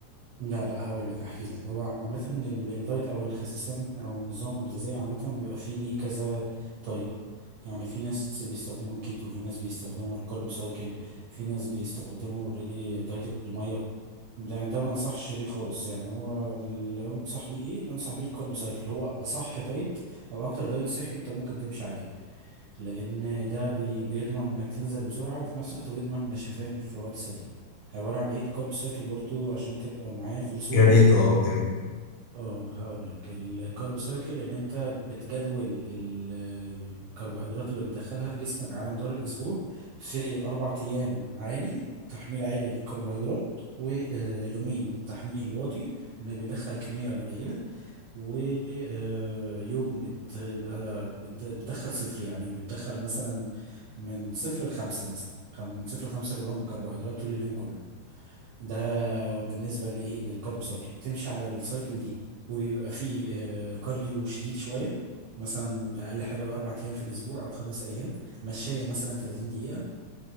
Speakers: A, on the right (about 65°); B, on the left (about 85°).
A: لا لا هقول لك هحكي لك هو عامة ال- الدايت أو الخسسان أو النظام الغذائي عامة بيبقى فيه ليه كذا طريقة يعني في ناس بيستخدموا الكيتو في ناس بيستخدموا الكارب سايكل في ناس بيستخدموا اوريدي دايت المية ده ده ما انصحش بيه خالص يعني هو اللي انصح بيه ايه اللي انصح بيه الكارب سايكل هو اصح دايت او اكتر دايت صحي انت ممكن تمشي عليه لان ده بي بيضمن انك تنزل بسرعه وفي نفس الوقت بيضمن نشفان في وقت سريع عباره عن ايه الكارب سايكل برضو عشان تبقى معايا في الصوره
B: يا ريت اه يعني
A: اه هقول لك الكارب سايكل ان انت بتجدول ال- الكربوهيدرات اللي بتدخلها في جسمك على مدار الاسبوع في اربع ايام عالي تحميل عالي للكربوهيدرات ويومين تحميل واطي انك بتدخل كميه قليله ويوم بتبقى بت- بتدخل صفر يعني بتدخل مثلا من صفر لخمسة مثلا خم- من صفر لخمسة جرام كربوهيدرات طول اليوم كله ده بالنسبة لإيه للكارب سايكل بتمشي على السايكل دي وبيبقى فيه آه، كارديو شديد شوية مثلا أقل حاجة أربع أيام في الأسبوع أو خمس أيام مشاية مثلا 30 دقيقة